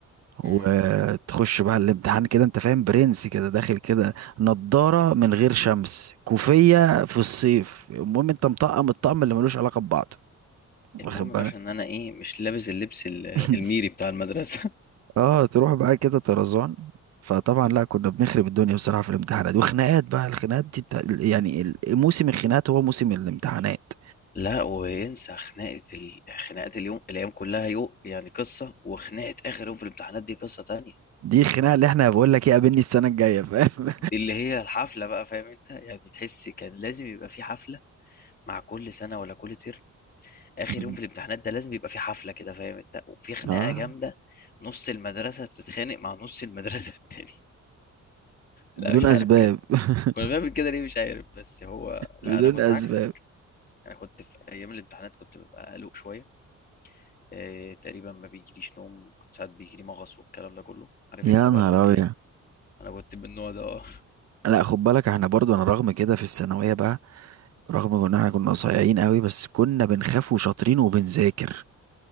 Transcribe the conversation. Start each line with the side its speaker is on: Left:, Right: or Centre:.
Right: وتخش
Left: مم.
Right: بقى الامتحان كده انت فاهم برنس كده داخل كده نضارة من غير شمس كوفية في الصيف المهم انت مطقم الطقم اللي ملوش علاقة ببعضه واخد
Left: المهم يا
Right: بالك
Left: باشا ان انا ايه مش لابس اللبس ال-
Right: <laughs>
Left: الميري بتاع المدرسه
Right: اه تروح بقى كده طرزان فطبعا لا كنا بنخرب الدنيا بصراحة في الامتحانات وخناقات بقى الخناقات دي بتاع يعني ال- موسم الخناقات هو موسم الامتحانات
Left: <laughs> لا وينسى خناقه ال... خناقه اليوم الايام كلها يوم يعني قصه وخناقه اخر يوم في الامتحانات دي قصه تانية
Right: دي الخناقه اللي احنا بقول لك ايه قابلني السنه الجايه فاهم
Left: اللي هي الحفله بقى فاهم انت يعني تحس كان لازم يبقى في حفله مع كل سنه ولا كل ترم اخر
Right: <laughs>
Left: يوم في الامتحانات ده لازم يبقى في حفله كده فاهم انت وفي خناقه
Right: اه
Left: جامده نص المدرسه بتتخانق مع نص المدرسه <laughs> التاني
Right: بدون
Left: لا مش
Right: اسباب
Left: عارف كان كنا بنعمل
Right: <laughs>
Left: كده ليه مش عارف بس هو لا
Right: بدون
Left: انا كنت
Right: اسباب
Left: عكسك انا كنت في ايام الامتحانات كنت ببقى قلق شويه إيه تقريبا ما بيجيليش نوم كنت ساعات بيجيلي مغص والكلام ده كله عارف
Right: يا
Left: انت بقى
Right: نهار
Left: اللي هو ايه
Right: ابيض
Left: انا كنت من النوع ده اه
Right: لا خد بالك احنا برضو انا رغم كده في الثانويه بقى رغم ان احنا كنا صايعين قوي بس كنا بنخاف وشاطرين وبنذاكر